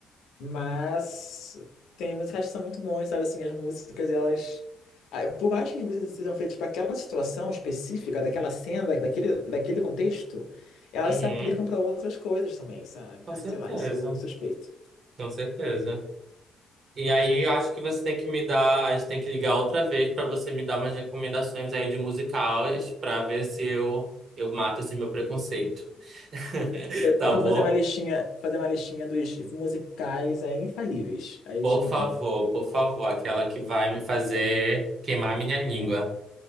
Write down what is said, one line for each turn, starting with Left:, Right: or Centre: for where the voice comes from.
Left: Mas tem músicas que são muito bons, sabe? Assim, as músicas, elas. ah, Por mais que as músicas sejam feitas para aquela situação específica, daquela cena, da- daquele, daquele contexto, elas
Right: Uhum,
Left: se aplicam para outras coisas também, sabe?
Right: com
Left: Ai,
Right: certeza.
Left: sei lá, eu sou suspeito.
Right: Com certeza. E aí, eu acho que você tem que me dar. A gente tem que ligar outra vez pra você me dar umas recomendações aí de musicais pra ver se eu, eu mato esse meu preconceito. <laughs>
Left: Eu
Right: Tá
Left: eu vou
Right: bom?
Left: fazer uma listinha, fazer uma listinha dos musicais aí, infalíveis. Aí
Right: Por
Left: eu te mando.
Right: favor, por favor, aquela que vai me fazer queimar minha língua.